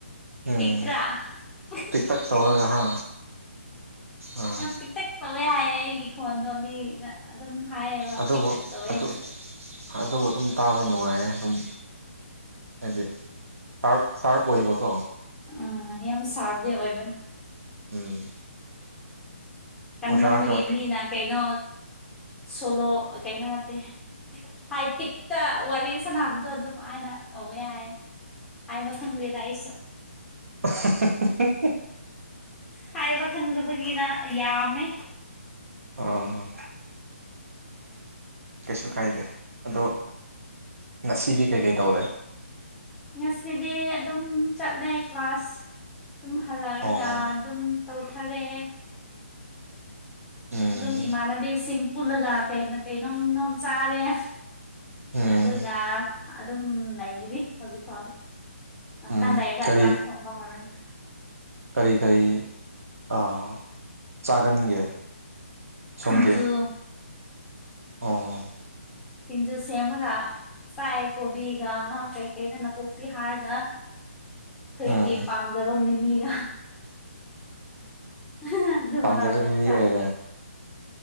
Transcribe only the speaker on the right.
ꯎꯝ
ꯇꯤꯛꯇꯛ ꯇꯧꯔꯒ ꯍꯥ ꯑꯥ
ꯑꯗꯨꯕꯨ
ꯑꯗꯨ ꯑꯗꯨꯕꯨ ꯑꯗꯨꯝ ꯇꯥꯕ ꯅꯨꯡꯉꯥꯏꯌꯦ ꯑꯗꯨꯝ ꯍꯥꯏꯗꯤ ꯇꯥꯔꯞ ꯇꯥꯔꯞ ꯑꯣꯏꯒ ꯀꯣ
ꯎꯝ
ꯑꯣꯖꯥꯒ
<unintelligible>
ꯑꯣ
ꯀꯩꯁꯨ ꯀꯥꯏꯗꯦ ꯑꯗꯣ ꯉꯁꯤꯗꯤ ꯀꯩ ꯀꯩ ꯇꯧꯔꯦ
ꯑꯣ
ꯎꯝ
ꯎꯝ
ꯎꯝ
ꯀꯔꯤ
ꯀꯔꯤ ꯀꯩ ꯑꯥ ꯆꯥꯒꯟꯒꯦ ꯁꯣꯝꯗꯤ
ꯑꯣ
ꯎꯝ
ꯄꯥꯝꯖꯕ ꯃꯤꯃꯤ
ꯑꯣꯏꯔꯦ